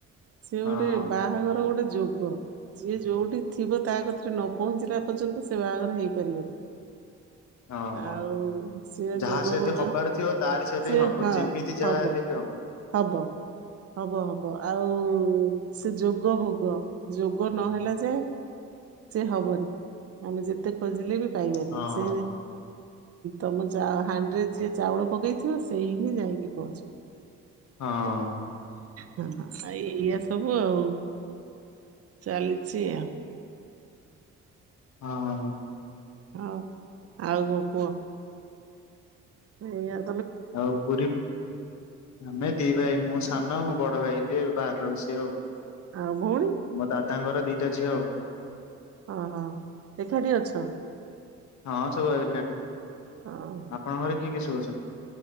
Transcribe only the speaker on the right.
ସେ
ଗୋଟେ ବାହାଘର ଗୋଟେ ଯୋଗ ଯିଏ ଯୋଉଠି ଥିବ ତା କଥରେ ନ ପହଞ୍ଚିଲା ପର୍ଯ୍ୟନ୍ତ ସେ ବାହାଘର ହେଇପାରିବନି।
ଆଉ।
ସି
ଯୋଗୋଗରେ
ସିଏ
ହଁ
ହବ
ହବ ହବ ହବ, ଆଉ ଓ ସେ ଯୋଗ ଭୋଗ ଯୋଗ ନହେଲା ଯାଏ। ସେ ହବନି ଆମେ ଯେତେ ଖୋଜିଲେ ବି ପାଇବାନି
ସେ ତମ ହାଡିରେ ଯିଏ ଚାଉଳ ପକେଇଥିବ ସେଇ ହିଁ ଯାଇକି ପହଞ୍ଚିବ।
ହଁ ଆ ଇଆ ସବୁ ଆଉ ଚାଲିଛି ଆଉ।
ହଁ ଆଉ କ କୁହ? ହଁ ଆ
ଆଉ ଭଉଣୀ
ଓ ହୋ ଦେଖାଠି ଅଛ।
ଓହୋ